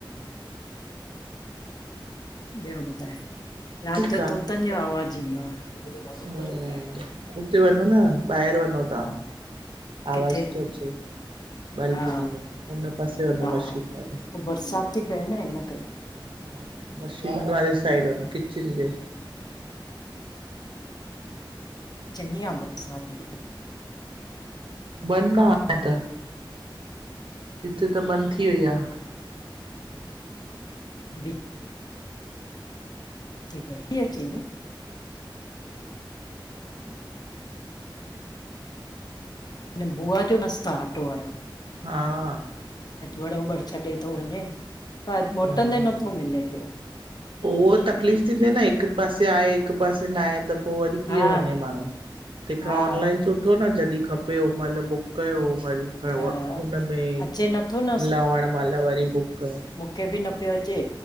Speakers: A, on the left; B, on the right.
A: ॿियो ॿुधाए? रात
B: ठीकु
A: जो
B: आ।
A: तोतन जो आवाज़ ईंदो आ।
B: हम्म, हुते वञो न ॿाहिर वञो था, आवाज़
A: किथे
B: थो अचे बालकनी
A: हा
B: में उन पासे वनो
A: हा
B: मशीन वारे।
A: पो बरसाति ती पए न इन करे।
B: हा मशीन वारे साइड न किचन जे।
A: चङी आ बरसात
B: बंद आ हाणे त हिते त बंदि थी वई आ।
A: बि <unintelligible> न बुआ जो मस्त आ ऑटो वारो।
B: हा
A: वड़ोबड़ छॾे थो वञे मोटंदे
B: हा।
A: नथो मिले पियो।
B: उहो तकलीफ़ थींदी न हिक पासे आहे हिक पासे न आहे त। पोइ वरी
A: हा
B: कीअं वञे माण्हू तंहिंखां
A: हा
B: ऑनलाइन छो न जॾहिं खपे होओन महिल बुक कयो वरी,
A: हा
B: उनमें
A: अचे नथो न
B: लावण माल वरी बुक कयो।
A: त बि न पियो अचे